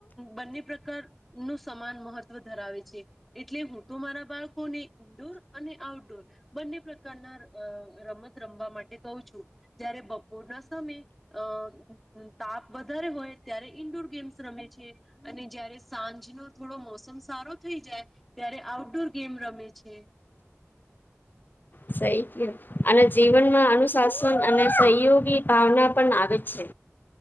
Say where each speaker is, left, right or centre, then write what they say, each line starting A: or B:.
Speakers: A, in the centre; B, on the left (about 40°).
A: બંને પ્રકારનું સમાન મહત્વ ધરાવે છે. એટલે હું તો મારા બાળકોને ઇન્ડોર અને આઉટડોર બંને પ્રકાર <unintelligible> રમત રમવા માટે કહું છું, <unintelligible> બપોરના સમય અ તાપ વધારે હોય ત્યારે ઈન્ડોર ગેમ્સ રમે છે, અને જયારે સાંજનો થોડો મોસમ સારો થઈ જાય ત્યારે આઉટડોર ગેમ રમે છે.
B: <unintelligible> અને જીવનમાં અનુશાસન અને સહયોગી ભાવના પણ આવે છે.